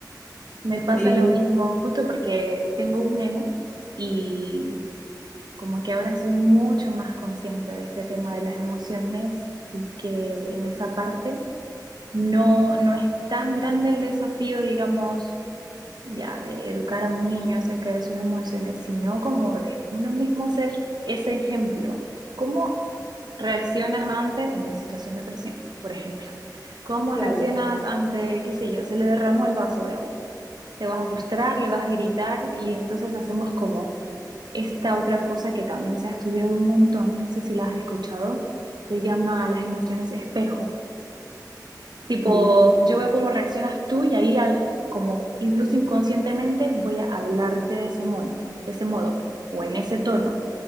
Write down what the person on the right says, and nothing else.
Me pasa
lo mismo justo porque tengo un neno y como que ahora soy mucho más consciente de este tema de las emociones y que en esa parte no, no es tan grande el desafío, digamos, ya de educar a un niño acerca de sus emociones, sino como de uno mismo ser ese ejemplo. ¿Cómo reaccionas ante una situación de presión, por ejemplo? ¿Cómo
reaccionas ante, qué sé yo, se le derramó el vaso de agua? Te vas a frustrar, le vas a gritar y entonces hacemos como esta otra cosa que también se ha estudiado un montón, no sé si la has escuchado, se llama las emociones espejo Tipo,
yo veo cómo reaccionas tú y ahí, al, como incluso inconscientemente, voy a hablarte de ese mono, de ese modo, o en ese tono,